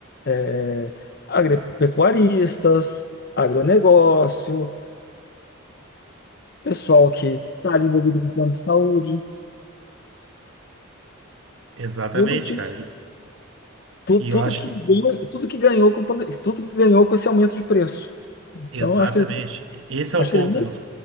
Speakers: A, on the left; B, on the right.
A: é, agropecuaristas, agronegócio, pessoal que está envolvido com plano de saúde,
B: Exatamente,
A: tudo que,
B: cara. E,
A: tu-
B: e
A: tudo,
B: eu acho
A: que
B: que
A: ganhou, tudo que ganhou com, pande- tudo que ganhou com esse aumento de preço. Então,
B: Exatamente.
A: eu acho que
B: Esse é o
A: Acho
B: ponto.
A: que eles nem.
B: Eles,